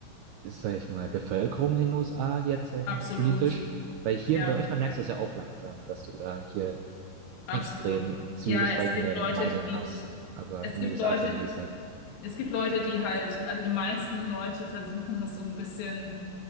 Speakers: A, on the right; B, on the left.
A: sag ich mal, Bevölkerung in den USA jetzt, sag ich
B: absolut.
A: mal, politisch, weil hier
B: Ja,
A: in Deutschland merkst du es ja auch langsam, dass du da hier
B: absolut.
A: extrem zwiegespaltene
B: Ja, es gibt Leute,
A: Meinungen
B: die,
A: hast, aber
B: es
A: in
B: gibt
A: den USA
B: Leute,
A: ist ja, wie gesagt,
B: es gibt Leute, die halt, also die meisten Leute versuchen das so ein bisschen,